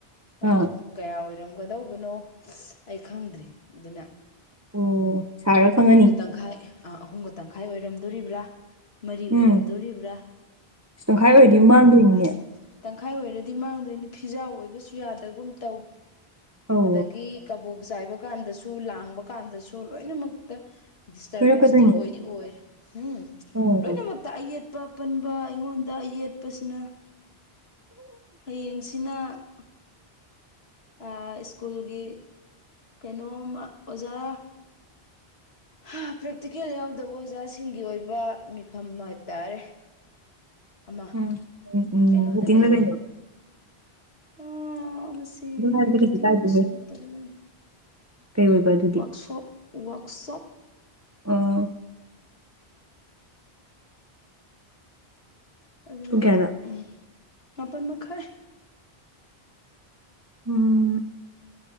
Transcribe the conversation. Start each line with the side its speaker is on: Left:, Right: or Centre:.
Left: ꯑꯗꯣ
Right: ꯑꯥ
Left: ꯀꯌꯥ ꯑꯣꯏꯔꯝꯒꯗꯧꯕꯅꯣ <unintelligible> ꯑꯩ ꯈꯪꯗ꯭ꯔꯤ ꯑꯗꯨꯅ
Right: ꯑꯣ ꯁꯥꯔ ꯈꯪꯉꯅꯤ
Left: ꯑꯍꯨꯝꯒ ꯇꯪꯈꯥꯏ ꯑꯥ ꯑꯍꯨꯝꯒ ꯇꯪꯈꯥꯏ ꯑꯣꯏꯔꯝꯗꯣꯔꯤꯕ꯭ꯔꯥ? ꯃꯔꯤ ꯑꯣꯏꯔꯝꯗꯣꯔꯤꯕ꯭ꯔꯥ
Right: ꯎꯝ ꯇꯪꯈꯥꯏ
Left: ꯑꯗꯨ
Right: ꯑꯣꯏꯔꯗꯤ
Left: <unintelligible>
Right: ꯃꯥꯡꯗꯣꯏꯅꯤꯅꯦ
Left: ꯇꯪꯈꯥꯏ ꯑꯣꯏꯔꯗꯤ ꯃꯥꯡꯗꯣꯏꯅꯤ ꯐꯤꯖꯥꯎ ꯑꯣꯏꯕꯁꯨ ꯌꯥꯗꯒꯨꯝ ꯇꯧ
Right: ꯑꯧ
Left: ꯑꯗꯒꯤ ꯀꯕꯣꯛ ꯆꯥꯏꯕꯀꯥꯟꯗꯁꯨ, ꯂꯥꯡꯕꯀꯥꯟꯗꯁꯨ ꯂꯣꯏꯅꯃꯛꯇ ꯗꯤꯁꯇꯔꯕꯦꯟꯁꯇꯤ
Right: ꯁꯣꯏꯔꯛꯀꯗꯣꯏꯅꯤ
Left: ꯑꯣꯏꯗꯤ ꯑꯣꯏꯔꯦ ꯎꯝ
Right: ꯑꯣ
Left: ꯂꯣꯏꯅꯃꯛꯇ ꯑꯌꯦꯠ ꯄꯥ ꯄꯟꯕ ꯑꯩꯉꯣꯟꯗ ꯌꯦꯠꯄꯥꯁꯤꯅ ꯍꯥꯌꯦꯡꯁ‌꯭ꯤꯗ ꯏꯟꯅꯥ ꯑꯥ ꯏꯁ꯭ꯀꯨꯜꯒꯤ ꯀꯩꯅꯣꯝꯃ ꯑꯣꯖꯥ ꯍꯥ ꯄ꯭ꯔꯥꯛꯇꯤꯀꯦꯜ ꯌꯥꯎꯗꯕ ꯑꯣꯖꯥꯁꯤꯡꯒꯤ ꯑꯣꯏꯕ ꯃꯤꯐꯝꯃꯥ ꯍꯥꯏꯕ ꯇꯥꯔꯦ ꯑꯃꯥ
Right: ꯎꯝ
Left: <inaudible>
Right: ꯎꯝ ꯎꯝ
Left: ꯀꯩꯅꯣꯗ
Right: ꯃꯤꯇꯤꯡꯂ
Left: ꯂꯩꯌꯦ
Right: ꯀꯩꯅꯣ
Left: ꯃꯥ ꯃꯁꯤ
Right: ꯑꯗꯨꯝ ꯍꯥꯏꯕꯗꯤ
Left: ꯃꯤꯇꯤꯡꯃꯛꯁꯨ
Right: ꯀꯩꯁꯨ ꯀꯥꯏꯗꯦꯍꯦ
Left: ꯅꯠꯇꯕꯖꯥꯠꯅꯦ
Right: ꯀꯩ ꯑ‌ꯣꯏꯕꯗꯨ
Left: ꯋꯛꯁꯣꯞ ꯋꯛꯁꯣꯞ
Right: <unintelligible>
Left: ꯑꯗꯨꯗꯨꯅ
Right: ꯄꯨꯡ ꯀꯌꯥꯗ
Left: ꯎꯝ ꯃꯥꯄꯟ ꯃꯈꯥꯏ
Right: ꯎꯝ